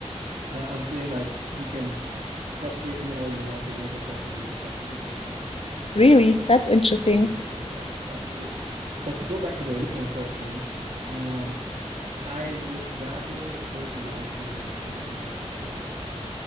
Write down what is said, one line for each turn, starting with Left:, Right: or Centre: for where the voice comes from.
Right: Uh, I'm saying like you can frustrate me all you want, it won't affect me when it comes to the gaming.
Left: Really? That's interesting.
Right: Yeah, I'm, I'm good. But to go back to the original question, um, I would rather go to live games when I have the chance.